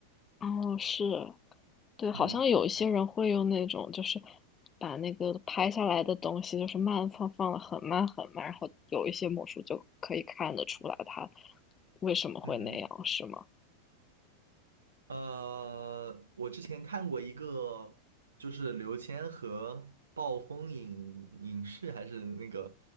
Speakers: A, on the left; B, on the right.
A: 哦，是。对，好像有一些人会用那种，
B: 嗯
A: 就是把那个拍下来的东西，就是慢放，放的很慢很慢，然后有一些魔术就可以看得出来它为什么会那样，
B: 嗯。
A: 是吗？
B: 呃，我之前看过一个，就是刘谦和暴风影影视还是那个